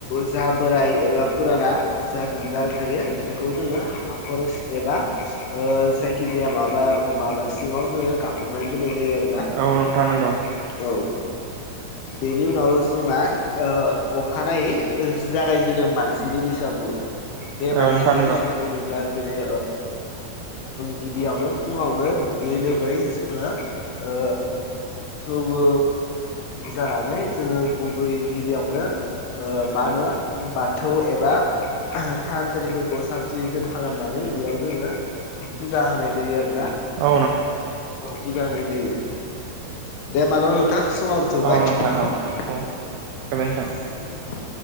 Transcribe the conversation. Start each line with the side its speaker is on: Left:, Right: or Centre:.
Left: जा बोराय एबा फुराना जा दोनार थायो बेखौ जोङो हाखर एबा जायखिजाया माबा माबा सिङाव जोङो गाबफहबनानै जायो आरो ना औ
Right: औ नोंथां नंगौ
Left: बेनि उनाव जोंना अखानायै जागायजेनो मानसिनि बैसागु
Right: औ
Left: बे मानसिनि
Right: नोंथां नंगौ औ नोंथां नंगौ
Left: बिसागु होनोब्ला जेरै गिबियावनो फुङावनो दुगैयै लोबै जोङो ओ थौबो जानानै जोङो गुबै गिबियावनो मा होनो बाथौ एबा थानसालिफोरखौ साब सिखोन खालामनानै बेयाव जोङो फुजा होनाय जायो आरो। औ
Right: औ
Left: बुरजा होनाय जायो दे मानो थां समाबोथ' बाय
Right: नोंथां औ औ गोजोन्थों